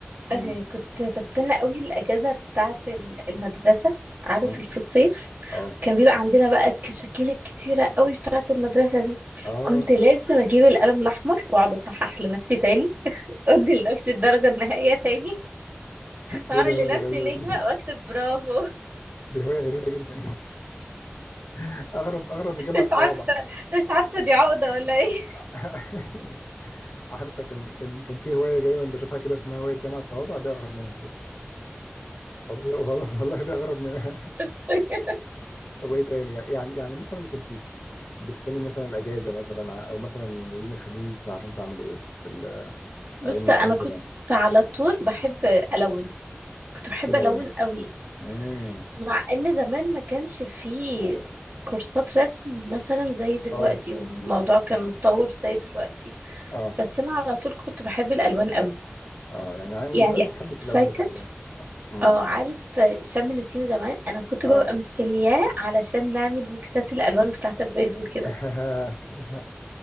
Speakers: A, on the left; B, on the right.
A: امم
B: آه كنت بستنى قوي الاجازه بتاعه ال- المدرسه عارف
A: امم
B: في الصيف
A: اه
B: كان بيبقى عندنا بقى الكشاكيل الكتيره قوي بتاعه المدرسه دي
A: اه
B: كنت لازم اجيب القلم الاحمر واقعد اصحح لنفسي تاني ادي لنفسي الدرجه النهائيه تاني واعمل
A: دي الهوايه
B: لنفسي
A: الغريبه
B: نجمه
A: دي
B: واكتب برافو <laughs>
A: دي هوايه غريبه جدا <laughs> اغرب اغرب من جامعه
B: مش
A: الطوابع
B: عارفه مش عارفه دي عقده ولا ايه
A: <laughs> عارفه كان كان كان في هوايه دايما بشوفها كده اسمها هوايه جامعه الطوابع دي اغرب منها بجد والله والله والله دي اغرب منها <laughs>
B: <laughs>
A: طب وايه تاني يعني يعني مثلا كنت بتستني مثلا الاجازه مثلا ع- او مثلا يوم الخميس عشان تعمل ايه في ال-
B: بص
A: ايام
B: انا
A: بص ايام
B: كنت
A: زمان
B: على طول بحب الون كنت
A: بحب
B: بحب
A: تلون
B: الون
A: بحب
B: قوي
A: امم
B: مع ان زمان ما كانش فيه كورسات رسم مثلا زي دلوقتي
A: اه
B: والموضوع كان
A: اه
B: متطور زي دلوقتي
A: اه
B: بس انا على طول كنت بحب الالوان قوي
A: آه. يعني عام من
B: يعني
A: زمان يعني بتحب التلون
B: فاكر
A: فاكر وتستني امم
B: اه عارف شم النسيم زمان انا كنت
A: اه
B: ببقى مستنياه علشان نعمل ميكسات الالوان بتاعه البيض وكده
A: <laughs>